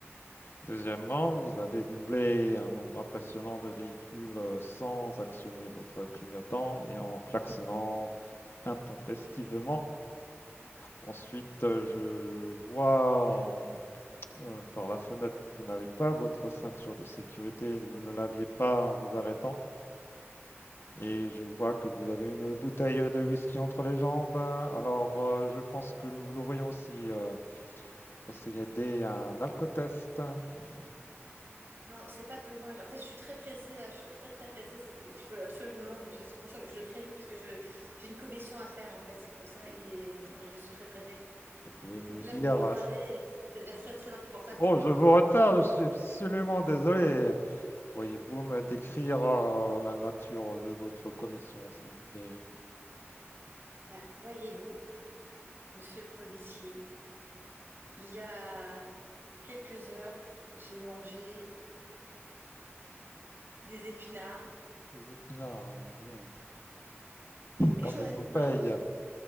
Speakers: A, on the left; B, on the right.
A: Deuxièmement, vous avez doublé un nombre impressionnant de véhicules euh, sans actionner votre clignotant et en klaxonnant intempestivement. Ensuite, euh, je vois en euh, par la fenêtre que vous n'avez pas votre ceinture de sécurité, vous ne l'aviez pas en vous arrêtant. Et je vois que vous avez une bouteille de whisky entre les jambes. Alors, euh, je pense que nous devrions aussi euh, procéder à un alcotest. Vous
B: Non, c'est pas besoin. En fait, je suis très pressée là. Je suis très très pressée. C'est- Il faut absolument. C'est pour ça que je vais très vite parce que je j'ai une commission à faire en fait. C'est pour ça et hum, je suis très pressée.
A: pouvez me
B: Donc là,
A: dire...
B: vous me retardez, et ça devient très, très inconfortable
A: Oh,
B: pour moi.
A: je vous retarde, je suis absolument désolé. Pourriez-vous me décrire euh, la nature de votre commission, s'il vous plaît?
B: Bah, voyez-vous, monsieur le policier, il y a quelques heures, j'ai mangé des épinards
A: Des épinards, hmm,
B: et
A: Comme
B: <laughs>
A: Popeye.
B: maintenant,